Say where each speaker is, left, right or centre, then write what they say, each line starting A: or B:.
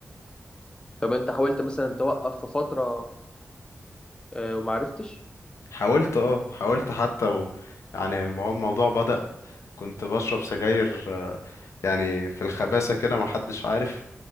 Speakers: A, on the left (about 20°); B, on the left (about 80°).
A: طب انت حاولت مثلا توقف في فترة آه، وما عرفتش
B: حاولت اه حاولت حتى و... يعني المو- الموضوع بدأ كنت بشرب سجاير آه، يعني في الخباثة كده محدش عارف